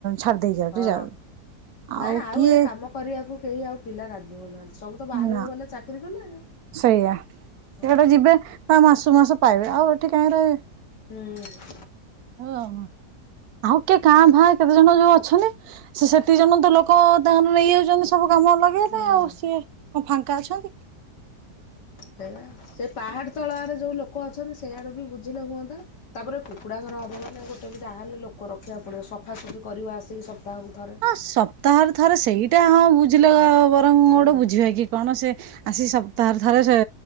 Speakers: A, on the right (about 70°); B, on the left (about 80°).
A: ଛାଡି ଦେଇ ଯାଉଛି
B: ହଁ।
A: ଯାଉନି।
B: ନାଇଁ
A: ଆଉ କିଏ
B: ଏ କାମ କରିବାକୁ କେହି ଆଉ ପିଲା ରାଜି ହଉନାହାନ୍ତି ସବୁ ତ ବାହାରକୁ
A: ନା
B: ଗଲେ ଚାକିରି କଲେ।
A: ସେଇଆ। ସିଆଡେ
B: ହଁ
A: ଯିବେ ତା ମାସୁକୁ ମାସ ପାଇବେ ଆଉ ଏଠି କାହିଁ ରହିବେ।
B: ହୁଁ।
A: ଓହୋ। ଆଉ କିଏ କାଁ ଭାଁ କେତେ ଜଣ ଯୋଉ ଅଛନ୍ତି ସେ ସେତି ଜଣ ତ ଲୋକ ଧାଆନେ ନେଇଯାଉଛନ୍ତି ସବୁ କାମ ଅଲଗା। ମୁଁ
B: ହଁ।
A: କ ଆସୁଥିବେ। ଫାଙ୍କା ଅଛ କି?
B: ସେଇ ବା ସେ ପାହାଡ ତଳ ଆଡୁ ଯୋଉ ଲୋକ ଅଛନ୍ତି ସେଇଆଡେ ବି ବୁଝିଲେ ହୁଅନ୍ତା। ତାପରେ କୁକୁଡ଼ା ଘର ହବ ମାନେ ଗୋଟେ ବି ଯାହେଲେ ଲୋକ ରଖିବାକୁ ପଡ଼ିବ ସଫାସଫି କରିବ ଆସିକି ସପ୍ତାହକୁ ଥରେ।
A: ହଁ ସପ୍ତାହରେ ଥର ସେଇଟା ହଁ ବୁଝିଲ ବରଂ ମୁଁ
B: ହୁଁ
A: ଗୋଟେ ବୁଝିବା କି କଣ ସେ ଆସି ସପ୍ତାହରେ ଥରେ ସେ